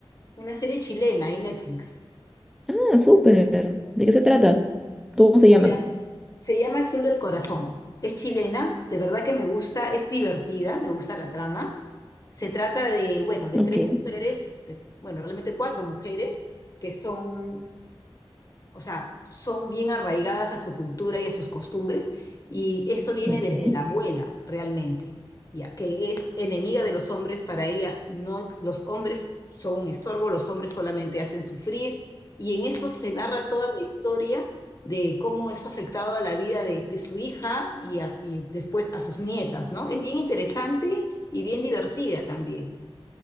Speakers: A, on the left; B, in the centre.
A: una serie chilena en Netflix.
B: Ah, súper. ¿De qué se trata? ¿Cómo se llama?
A: Mira, se llama El Sur del Corazón. Es chilena, de verdad que me gusta, es divertida, me gusta la trama. Se trata de, bueno, de
B: Ok,
A: tres mujeres, de- bueno, realmente cuatro mujeres que son O sea, son bien arraigadas a su cultura y a sus costumbres, y esto viene
B: ok.
A: desde la abuela realmente, ya que es enemiga de los hombres para ella. No, ex- los hombres son un estorbo, los hombres solamente hacen sufrir, y en eso se narra toda la historia de cómo eso ha afectado a la vida de, de su hija y, a- y después a sus nietas, ¿no? Es bien interesante y bien divertida también.